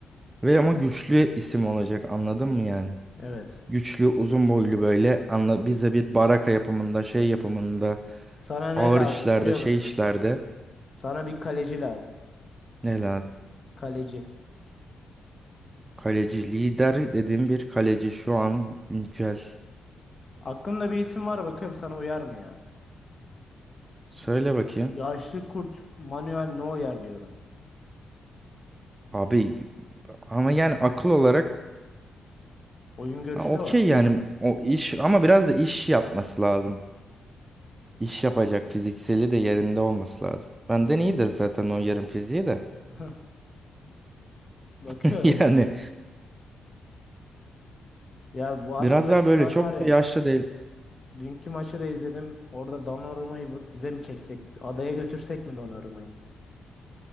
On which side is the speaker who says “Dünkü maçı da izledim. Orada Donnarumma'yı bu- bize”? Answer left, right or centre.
Left